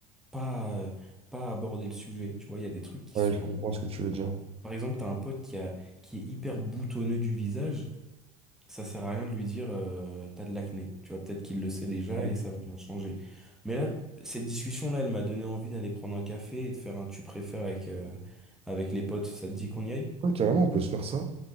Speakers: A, in the centre; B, on the right.
A: pas, pas aborder le sujet. Tu vois, il y a des trucs qui
B: Ouais,
A: sont...
B: je comprends ce que tu veux dire.
A: Bon, Par exemple, t'as un pote qui a, qui est hyper boutonneux du visage, ça sert à rien de lui dire euh, t'as de l'acné. Tu vois, peut-être qu'il le sait déjà
B: Ouais,
A: et ça va bien changer. Mais là, cette discussion-là, elle m'a donné envie d'aller prendre un café et de faire un tu préfères avec, euh, avec les potes. Ça te dit qu'on y aille?
B: Ouais, carrément, on peut se faire ça.